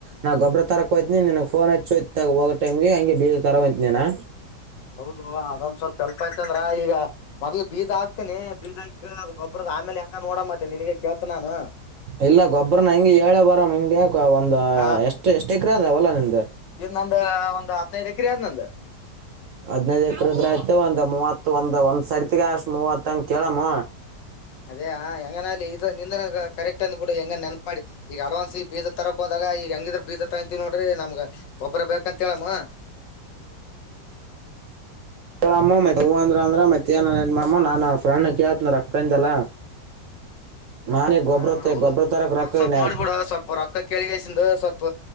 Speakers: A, on the right; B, on the left.
A: ನಾ ಗೊಬ್ಬರ ತರಕ್ೋ್ತನಿ ನನ್ ೋನ್ ಹಚ್ಚೋಯ್ತ ಹೋಗ ಟೈಮ್ ಹಂಗೆ ಬೀಜ ತರಂತ ನೀನಾ
B: ಹೌದು ಅದೊಂದ ಸ್ವಲ್ಪ ಎಲ್ಪ ಆಯ್ತಂದ್ರ ಈಗ ಮೊದ್ಲು ಬೀಜಾಕ್ತೀನಿ ಬೀದ ಆಾ ಅ ಗೊಬ್ಬರ ಆಮೇಲೆ ಹೆಂಗ ನೋಡ ಮತ್ತೆ ನನ್ಗೆ ಕೇತ ನಾನು
A: ಇಲ್ಲ ಗೊಬ್ಬರನ ಹೆಂಗಗೆ ಏೆ ಬರ ಹಿಂಗೆ ಒಂದು
B: ಆ
A: ಎಷ್ಟ್ ಎಷ್ಟ್ ಎಕರೆ ಅದಾವಲ್ಲಾ ನಿಂದ್ದ
B: ಇದ್ ನಂದ ಒಂದ್ ಹದ್ನೈದು್ ಎಕ್ರ ಆದ್ ನಂದು
A: ಹದ್ನೈದ್ ಎಕ್ರದ್ರ ಆಯ್ತು ಒಂದ್ ಮೂವತ್ ಒಂದ್ ಒಂದ್ ಸರ್ತಿಗೆ ಅಷ್ಟ್ ಮೂವತ್ತಂಗ ಕೇಳಮ್ಮ
B: ಅದೇ ಹೆಂಗನ ಅಲ್ಲಿ ಇದ ನಿಂದ ಕರೆಕ್ಟ್ ಅಂದ್ ಬಿಿಡು ಹೆಂಗ ನೆನಪಾಡಿ ಈಗ ಅಡ್ವಾನ್ಸ್ ಬೀಜದ ತರ ಹೋದ ಈ ಹಂಗಿದ್ರ ಬೀಜ ತಾಯಂತೀ ನೋಡಿ ನಮ್ಗ ಗೊಬ್ಬರ ಬೇಕಂತ ಹೇಳೇಳಮ್ಮ
A: ಇ್ರಮ್ಮ ಮತ್ತೆ ಹೂವ ಅಂದ್ರ ಅಂದ್ರ ಮತ್ತ ಏನಮ್ಮ ನಾನ ಆ ಫ್ರೆಂಡ್ ಕೇತನ ರೊಕ್ಕಿಂದಲ್ಲ
B: <inaudible>
A: ಮ ಗೊಬ್ಬರ
B: ಹೌದ
A: ತರಕ್ಕೆ
B: ಅದೊ್
A: ರೊಕ್ಕ
B: ಸ್ವಲ್ಪ
A: ನ್ಯಾ-
B: ಮಾಡ್ಬಿಡ ಸ್ವಲ್ಪ ರೊಕ್ಕ ಕೆೇಳಿಗೈಸಿಂದ ಸ್ವಲ್ಪ